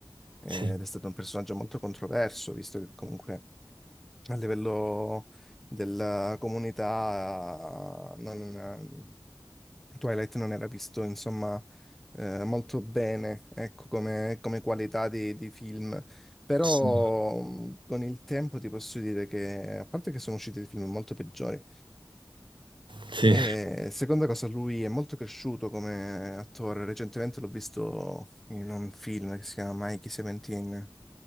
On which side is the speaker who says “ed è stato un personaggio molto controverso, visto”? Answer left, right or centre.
Centre